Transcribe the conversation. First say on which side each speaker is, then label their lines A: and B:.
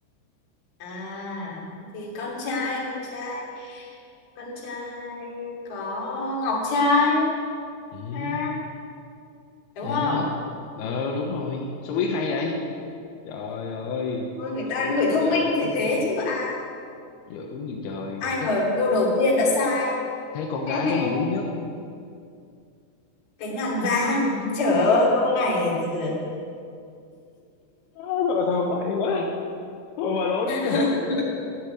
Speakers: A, on the left; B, on the left.
A: À, thì con trai, con trai, con trai có ngọc trai
B: ừ
A: ha, đúng
B: ừ
A: không?
B: ờ đúng rồi sao biết hay vậy trời ơi
A: Ôi, người
B: dữ
A: ta người thông
B: dở
A: minh phải thế chứ ai
B: dữ gì trời
A: ai
B: thế
A: mà câu đầu tiên đã sai.
B: thế con
A: <laughs>
B: gái cái gì quý nhất
A: Cái ngàn vàng. Trời ơi, câu này từ từ.
B: Á, thôi thôi bậy quá thôi bà đố tiếp
A: <laughs>